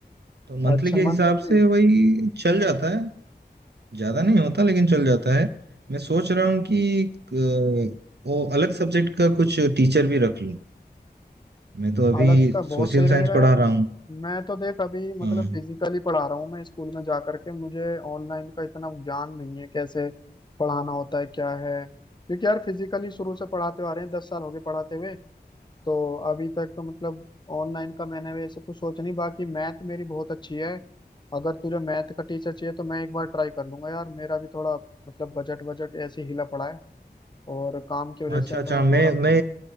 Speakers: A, on the right (about 75°); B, on the left (about 25°).
A: तो मंथली
B: अच्छा
A: के हिसाब
B: मंथली
A: से वही चल जाता है ज़्यादा नहीं होता लेकिन चल जाता है मैं सोच रहा हूँ कि अ, वो अलग सब्जेक्ट का कुछ टीचर भी रख लूँ मैं तो अभी
B: अलग का
A: सोशल
B: बहुत सही रहेगा
A: साइंस पढ़ा
B: यार
A: रहा हूँ
B: मैं तो देख अभी मतलब
A: हाँ।
B: फिजिकली पढ़ा रहा हूँ मैं स्कूल में जा करके मुझे ऑनलाइन का इतना ज्ञान नहीं है कैसे पढ़ाना होता है क्या है क्योंकि यार फिजिकली शुरू से पढ़ाते आ रहे हैं दस साल हो गए पढ़ाते हुए तो अभी तक तो मतलब ऑनलाइन का मैंने वैसे कुछ सोचा नहीं बाकी मैथ मेरी बहुत अच्छी है अगर तुझे मैथ का टीचर चाहिए तो मैं एक बार ट्राई कर लूंगा यार मेरा भी थोड़ा मतलब बजट बजट ऐसे ही हिला पड़ा है और काम की वजह
A: अच्छा
B: से मैं
A: अच्छा मैं
B: थोड़ा
A: मैं